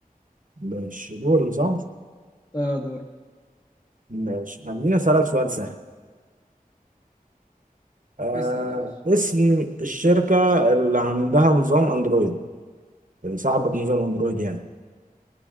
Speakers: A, on the right; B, on the left.
A: ماشي دوري صح؟
B: آه دور
A: ماشي خليني أسألك سؤال سهل آه
B: اسأل يا باشا
A: اسم الشركة اللي عندها نظام أندرويد اللي صاحبة نظام أندرويد يعني